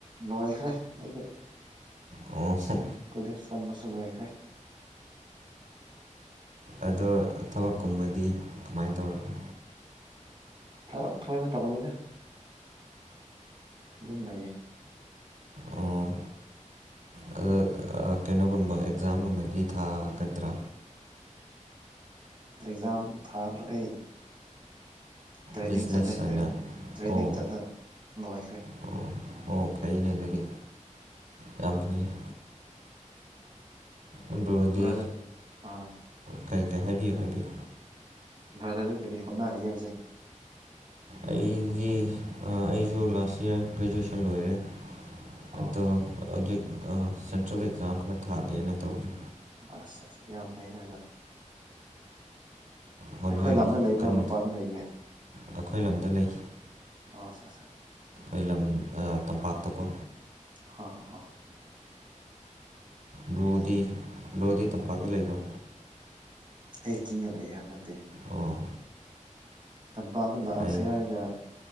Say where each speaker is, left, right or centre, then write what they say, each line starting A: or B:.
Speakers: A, on the right (about 35°); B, on the right (about 80°).
A: ꯂꯣꯏꯈ꯭ꯔꯦ ꯑꯩꯗꯤ
B: ꯑ ꯁ
A: ꯀꯂ ꯆꯝꯃꯁꯂꯨꯦꯈꯦ
B: ꯑꯗꯣ ꯊꯕꯛꯀꯨꯝꯕꯗꯤ ꯀꯃꯥꯏꯅ ꯇꯧꯔꯒꯦ
A: ꯊꯔꯣ ꯊꯣꯏꯅ ꯇꯧꯕꯅꯤꯅꯦ ꯑꯗꯨꯝ ꯂꯩꯌꯦ
B: ꯑꯣ ꯑꯗꯣ ꯀꯩꯅꯣꯒꯨꯝꯕ ꯑꯦꯛꯖꯥꯝꯒꯨꯝꯕꯗꯤ ꯊꯥꯒꯗ꯭ꯔꯥ
A: ꯑꯦꯛꯖꯥꯝ ꯊꯥꯔ ꯑꯩ ꯇ꯭ꯔꯦꯅꯤꯡ
B: ꯕꯤꯖꯤꯅꯦꯁ
A: ꯆꯠꯂꯦ
B: ꯑꯣꯏꯅ
A: ꯇ꯭ꯔꯦꯅꯤꯡ
B: ꯑꯣ
A: ꯆꯠꯂ ꯂꯣꯏꯈ꯭ꯔꯦ
B: ꯑꯣ ꯑꯣ ꯐꯩꯅꯦ ꯑꯗꯨꯗꯤ ꯌꯥꯝ ꯐꯉ ꯑꯗꯨꯗꯤ
A: ꯕ꯭ꯔꯗꯔ ꯑꯥ
B: ꯀꯩꯀꯩ ꯍꯥꯏꯕꯤꯌꯨ ꯍꯥꯏꯕꯤꯌꯨ
A: ꯭ꯔꯗꯔꯗ ꯀꯔꯤ ꯍꯗꯔꯒ ꯍꯧꯖꯦ
B: ꯑꯩꯗꯤ ꯑꯩꯁꯨ ꯂꯥꯁ ꯏꯌꯥꯔ ꯒ꯭ꯔꯦꯖꯨꯑꯦꯁꯟ ꯂꯣꯏꯔꯦ
A: ꯑꯣ
B: ꯑꯗꯣ ꯍꯧꯖꯤꯛ ꯁꯦꯟꯇ꯭ꯔꯦꯜ ꯑꯦꯛꯖꯥꯝ ꯈꯔ ꯊꯥꯜꯂꯤꯅ ꯇꯧꯔꯤ
A: ꯑꯁ ꯑꯁ ꯌꯥꯝ ꯐꯅꯦꯗ
B: ꯍꯣꯠꯅꯔꯤ
A: ꯑꯩꯈꯣꯏ ꯂꯝꯅ ꯂꯩꯕ꯭ꯔꯥ
B: ꯀꯟꯅ
A: ꯃꯄꯥꯟꯗ ꯂꯩꯒꯦ
B: ꯑꯩꯈꯣꯏ ꯂꯝꯗ ꯂꯩ
A: ꯄꯥꯁꯁꯔ
B: ꯐꯂꯝ ꯇꯝꯄꯥꯛꯇꯀꯣ
A: ꯍ ꯍ
B: ꯕ꯭ꯔꯣꯗꯤ
A: ꯌꯥꯝ ꯐꯩ
B: ꯕ꯭ꯔꯣꯗꯤ ꯇꯝꯄꯥꯛꯇ ꯂꯩꯕ꯭ꯔꯥ
A: ꯑꯩ ꯆꯤꯡꯗꯅ ꯑꯩ ꯍꯟꯗꯛꯇꯦ
B: ꯑꯣ
A: ꯆꯝꯄꯥꯛꯗꯨ ꯂꯥꯛꯑꯁꯦ
B: ꯑꯩ
A: ꯍꯥꯏꯔꯒ